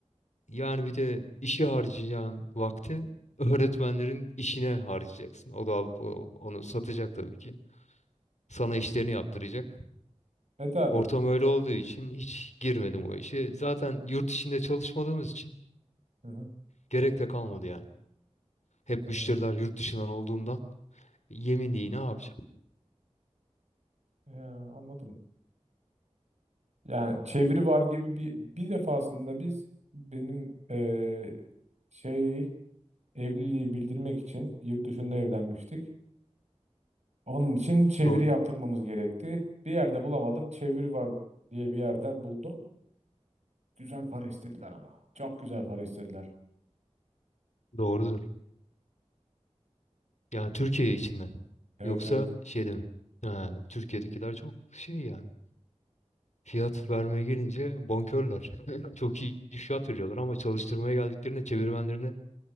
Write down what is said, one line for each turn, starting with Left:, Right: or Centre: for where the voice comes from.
Left: Yani bir de işe harcayacağın vakti öğretmenlerin işine harcayacaksın. O da alıp o- onu satacak tabii ki. Sana işlerini yaptıracak.
Right: Evet abi.
Left: Ortam öyle olduğu için hiç girmedim o işe. Zaten yurt içinde çalışmadığımız için
Right: Hı hı.
Left: gerek de kalmadı yani. Hep
Right: Ya,
Left: müşteriler yurt dışından olduğundan yeminliği ne yapacağım?
Right: ya anladım. Yani çeviri var gibi bir bir defasında biz benim eee, şey evliliği bildirmek için yurt dışında evlenmiştik. Onun için çeviri
Left: Do-
Right: yaptırmamız gerekti. Bir yerde bulamadım. Çeviri var diye bir yerden buldum. Güzel para istediler ama. Çok güzel para istediler.
Left: doğrudur. Yani Türkiye içinden.
Right: Evet
Left: Yoksa
Right: evet
Left: şeyde mi? Ha, Türkiye'dekiler çok şey yani. Fiyat vermeye gelince bonkörler. <laughs> Çok iyi fiyat veriyorlar ama çalıştırmaya geldiklerinde çevirmenlerine